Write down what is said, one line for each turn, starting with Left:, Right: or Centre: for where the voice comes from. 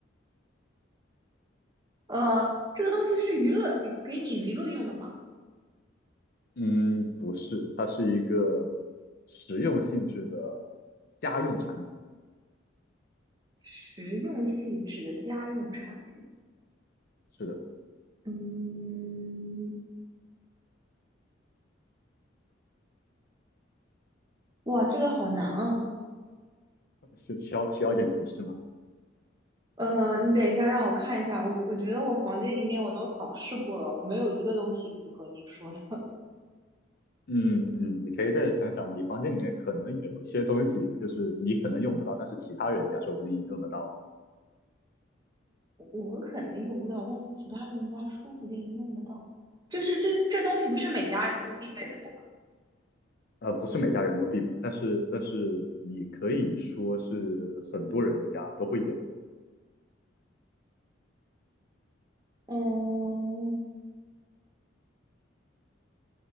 Right: 呃，这个东西是娱乐，给你娱乐用的吗？
Left: 嗯，不是，它是一个实用性质的家用产品。
Right: 实用性质的家用产品。
Left: 是的，
Right: 嗯，哇，这个好难啊。
Left: 需需要需要一点提示吗？
Right: 呃，你等一下，让我看一下。我我觉得我房间里面我都扫视过了，没有一个东西符合你说的。
Left: 嗯嗯，你可以再想想，你房间里面可能有一些东西，就是你可能用不到，但是其他人家说不定用得到呢。
Right: 我可能用不到，但是其他人家说不定用得到。就是这这东西不是每家人都必备的，对吧？
Left: 呃，不是每家人都必备，但是但是你可以说是很多人家都会有的
Right: 嗯，